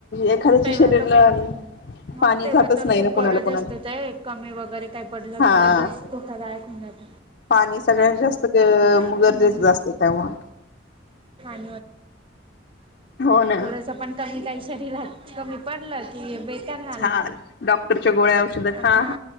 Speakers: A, on the left; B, on the right.
A: एखाद्याच्या
B: तेव्हा
A: शरीरला
B: तर खूप मग
A: पाणी
B: तेव्हा
A: जातच
B: तर
A: नाही.
B: खूप गरज
A: कोणाला कोणाला
B: असते. ते कमी वगैरे काही पडलं
A: हा
B: की, लगेच धोकादायक म्ह <inaudible>
A: पाणी सगळ्यात जास्त मग
B: हम्म
A: गरजेचं असतं तेव्हा.
B: <inaudible>
A: हो ना
B: थोडस पण कमी काही शरीरात कमी पडलं की बेकार हाल
A: चाल
B: होतात,
A: डॉक्टरच्या गोळ्या औषधं खा
B: हा